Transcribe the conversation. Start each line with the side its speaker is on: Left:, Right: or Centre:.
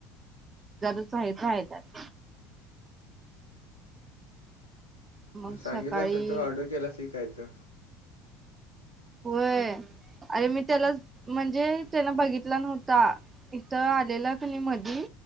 Right: <unintelligible> मग
Left: मी सांगितलं
Right: सकाळी
Left: असतं तर ऑर्डर दिली असती काय तर
Right: होय अरे मी त्यालाच म्हणजे त्यानं बघितला नव्हता इथं आलेला कणी मधी